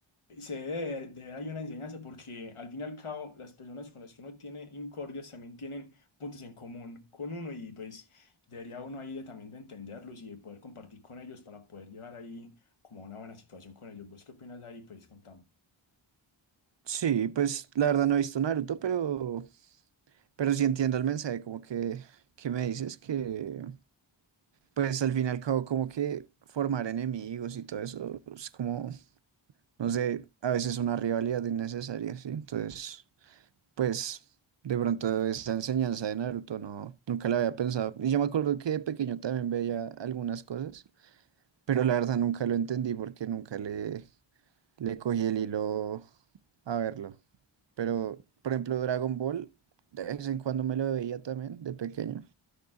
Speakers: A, on the left (about 80°); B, on the right (about 60°).
A: se debe de ver ahí una enseñanza porque al fin y al cabo las personas con las que uno tiene incordias también tienen puntos en común con uno y pues debería uno ahí de, también de entenderlos y de poder compartir con ellos para poder llevar ahí como a una buena situación con ellos. ¿Vos qué opinas de ahí? Pues contame.
B: Sí, pues la verdad no he visto Naruto, pero Pero sí entiendo el mensaje, como que, que me dices que, pues al fin y al cabo, como que formar enemigos y todo eso es como, no sé, a veces una rivalidad innecesaria, ¿sí? Entonces, pues de pronto esa enseñanza de Naruto no, nunca la había pensado. Y yo me acuerdo que de pequeño también veía algunas cosas, pero la verdad nunca lo entendí porque nunca le, le cogí el hilo a verlo. Pero, por ejemplo, Dragon Ball, de vez en cuando me lo veía también de pequeño.